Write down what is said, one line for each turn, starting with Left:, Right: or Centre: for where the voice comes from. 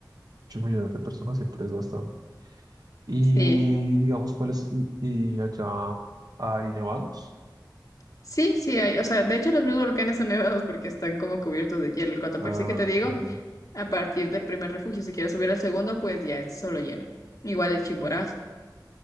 Right: millones de personas siempre es bastante. Y
Left: Sí.
Right: digamos, ¿cuáles? Y y allá hay nevados.
Left: Sí, sí hay, o sea, de hecho los mismos volcanes son nevados porque están como cubiertos de hielo. El Cotopaxi
Right: Ah,
Left: que te digo,
Right: ok.
Left: A partir del primer refugio, si quieres subir al segundo, pues ya es solo lleno. Igual el Chimborazo.